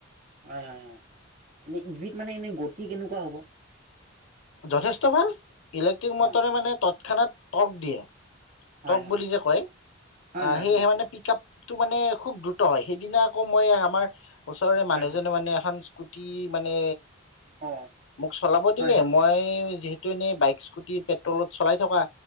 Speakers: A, on the right; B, on the left.
A: হয় হয় হয় এনে ইবিধ মানে এনে গতি কেনেকুৱা হ'ব?
B: যথেষ্ট ভাল ইলেক্ট্ৰিক মটৰে
A: অ
B: মানে তৎক্ষণাত। ক দিয়ে
A: হয়
B: টক
A: হয়
B: বুলি যে কয়
A: হয়
B: আহ
A: হয়
B: সেয়েহে
A: শুনিছো
B: মানে পিক আপ টো মানে খুব দ্ৰুত হয় সেইদিনা আকৌ মই আমাৰ। ওচৰৰে মানুহজনে
A: হয় হয়
B: মানে এখন। কুটি মানে।
A: অ
B: মোক চলাব দিলে।
A: হয় হয়
B: যিহেতু এনেই বাইক স্কুটি পেট্ৰলত চলাই থকা